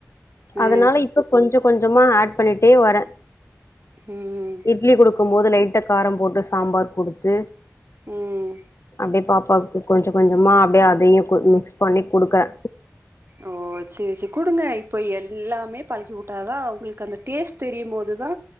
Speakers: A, on the left; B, on the right.
A: அதனால
B: அ
A: இப்ப கொஞ்ச கொஞ்சமா ஆட் பண்ணிட்டே வரே
B: ம்
A: இட்லி குடுக்கும் போது லைட்டா காரம் போட்டு சாம்பார் குடுத்து
B: ம்
A: அப்டியே பாப்பாக்கு கொஞ்ச கொஞ்சமா அப்டியே அதையு மிக்ஸ் பண்ணி குடுக்கறே
B: ஓ சேரி சேரி குடுங்க இப்போ எல் ல்லாமே பழக்கிவுட்டா தா அவங்களுக்கு அந்த டேஸ் தெரியும்போது தா